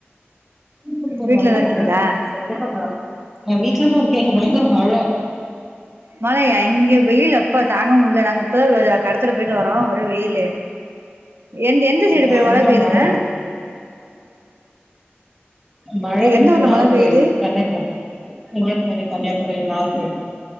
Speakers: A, in the centre; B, on the right.
A: <inaudible>
B: வீட்லதா
A: நல்லா
B: இருக்கீங்களா
A: மழ பெய்யுது சரியான மழ நா வீட்லதா இருக்கே இங்க பயங்கர மழ
B: மழயா இங்க வெயில் அப்பா தாங்க முடில்ல நாங்க இப்பதா கடத்தெரு போயிட்டு வரோ ஒரே வெயில்லு எந்த எந்த சைடு இப்ப
A: பயங்கர
B: மழ பெய்துங்க
A: பெய்யுது மழ வந்து
B: எந்த ஊர்ல
A: நாகர்கோயில்
B: மழ பெய்யுது
A: சென்னை கன்னியாக்குமரி கன்னியாகுமரி நாகர்கோயில்